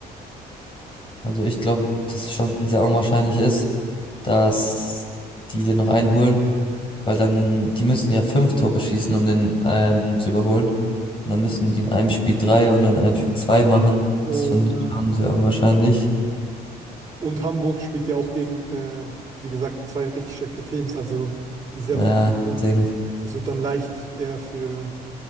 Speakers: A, on the left; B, on the right.
A: Also ich glaube, dass es schon sehr unwahrscheinlich ist, dass die dir noch einholen, weil dann, die müssten ja fünf Tore schießen, um den ähm, zu überholen. Und dann müssten die in einem Spiel drei und in einem Spiel zwei machen.
B: Oh
A: Das finde
B: ja.
A: ich schon sehr unwahrscheinlich.
B: Und Hamburg spielt ja auch gegen, äh, wie gesagt, zwei richtig schlechte Teams, also die sehr
A: Ja,
B: weit unten sind.
A: deswegen
B: Das wird dann leicht, eher für